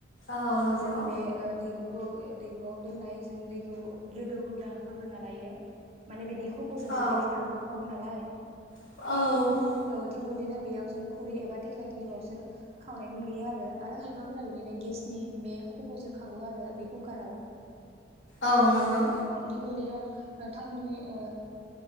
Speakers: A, on the left; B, on the right.
A: औ नंगौ
B: जों बे ओ दैहुखौ दैहुआव दोननाय जों दैखौ गोदौ होगा होग्रोना लायो माने बिनि खफ'जोंसो
A: औ
B: बे फिथाखौ खावो नालाय
A: औ
B: औ थिग बे बायदिनो बेयाव जों खुरै एबा थेख्ला गिलिबावसो खावनायखौ नुयो आरो आरो खायफाफोरा बिदिनो गेसनि बे खब'जों खावो आरो बे कुकाराव
A: औ नंगौ
B: औ थिग बे बायदिनो टाउननि ओ